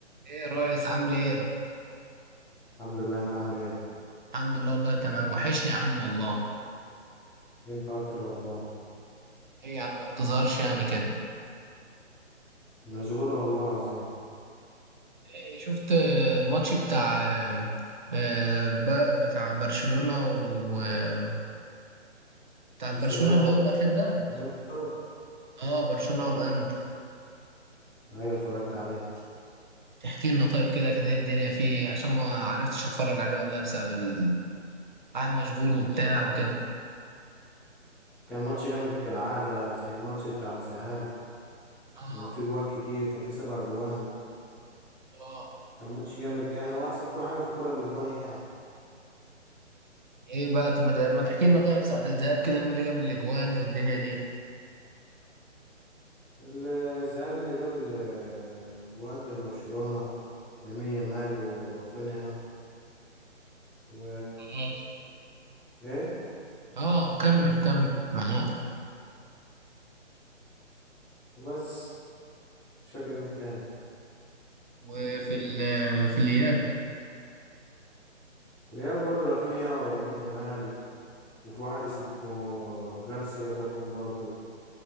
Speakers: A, on the right; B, in the centre.
A: ايه يا ريس عامل ايه؟
B: الحمد لله انت عامل ايه
A: الحمد لله والله تمام وحشني يا عم والله
B: انت اكتر والله
A: ايه يا عم ما بتظهرش يعني كده
B: مشغول والله العظيم
A: إيه شفت آه، الماتش بتاع آه، آه، الب- بتاع برشلونة و آه، بتاع
B: برشلونة
A: برشلونة
B: هو
A: اللي هو الأخير ده
B: انت
A: اه برشلونة والانتر
B: ايوه اتفرجت عليه
A: تحكي لنا طيب كده كانت ايه الدنيا فيه عشان أنا ما عرفتش اتفرج عليه والله بسبب ال- قاعد مشغول وبتاع وكده
B: كان ماتش جامد كالعادة زي الماتش بتاع الذهاب
A: اه
B: كان فيه جوان كتير كان فيه سبع جوان
A: اه
B: كان ماتش جامد يعني واحسن كل حاجة في الكرة اللي جوان يعني
A: ايه بقى طب ما ت- ما تحكي لنا طيب ساعة الذهاب كده مين اللي جاب الاجوان والدنيا دي
B: ال- الذهاب اللي جاب الجوان للبرشلونة لامين يامال ورافينيا و
A: اه
B: ايه
A: اه كمل كمل معاك
B: وبس مش فاكر مين تاني
A: وفي ال- في الإياب
B: الإياب برضه رافينيا ولامين يامال وفي واحد اسمه جارسيا جاب جون برضه